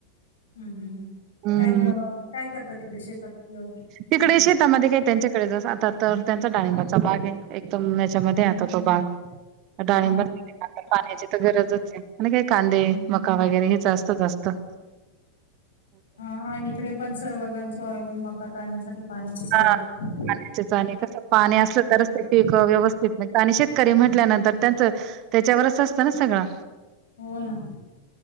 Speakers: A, on the left; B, on the right.
A: हम् हम्
B: हम्म
A: कायबन काय करतात तिकडे शेतात? व्यव
B: तिकडे शेतामध्ये काही त्यांच्याकडेच आता तर त्यांचा डाळिंबाचा बाग आहे एकदम ह्याच्यामध्ये आता तो बाग. डाळिंब
A: हा
B: पाण्याची तर गरजच आहे आणि काही कांदे मका वगैरे हे असत
A: हा इकडे पण सर्वजण सोयाबीन मका काढण्यासाठी पाण्याचीच वाट
B: हा
A: बघतात
B: पाण्या आणि कस पाणी असलं तरच ते पीक व्यवस्थित निघत आणि शे शेतकरी म्हटल्यानंतर त्यांचं त्याच्यावरच असतं ना सगळं
A: हो ना